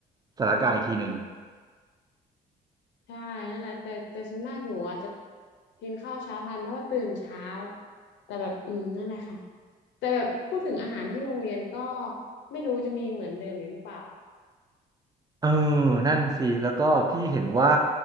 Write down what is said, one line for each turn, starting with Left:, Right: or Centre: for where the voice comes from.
Right: สถานการณ์อีกทีหนึ่ง
Left: ใช่นั่นแหละแต่แต่ส่วนมากหนูอ่ะจะกินข้าวเช้าทันเพราะว่าตื่นเช้าแต่แบบอืมนั่นแหละค่ะแต่แบบพูดถึงอาหารที่โรงเรียนก็ไม่รู้จะมีเหมือนเดิมอยู่หรือเปล่า
Right: เออนั่นสิแล้วก็พี่เห็นว่า